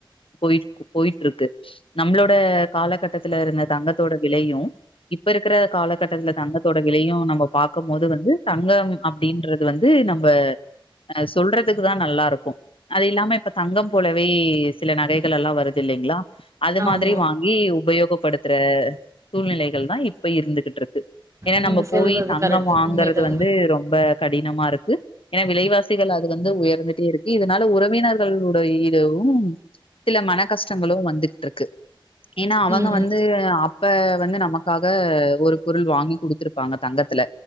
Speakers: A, on the left (about 80°); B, on the right (about 35°).
A: போய் போயிட்டு இருக்கு நம்மளோட காலகட்டத்துல இருந்த தங்கத்தோட விலையு இப்ப இருக்கிற காலகட்டத்துல தங்கத்தோட விலையும் நம்ம பாக்கும் போது வந்து தங்கம் அப்டின்றது வந்து நம்ப சொல்றதுக்கு தா நல்லா இருக்கு அது இல்லாம இப்ப தங்கம் போலவே சில நகைகள் எல்லாம் வருது இல்லைங்களா அது மாரி
B: ஆமா
A: வாங்கி உபயோகப்படுத் த்துற சூழ்நிலைகள் தா இப்ப இருந்துகிட்டு இருக்கு ஏனா
B: நீங்க
A: நம்ம
B: சொல்றது
A: போய் தங்கம்
B: கரெக்ட்
A: வாங்கறது
B: உண்மைதான்
A: வந்து ரொம்ப கடினமா இருக்கு ஏன்னா விலைவாசிகள் அது வந்து உயர்ந்துட்டே இருக்கு இதனால உறவினர்களுடைய இதுவும் சில மன கஷ்டங்களு வந்துகிட்டு இருக்கு ஏன்னா அவங்க
B: ம்
A: வந்து அப் ப வந்து நமக்காக ஒரு பொருள் வாங்கி குடுத்துருப்பாங்க தங்கத்துல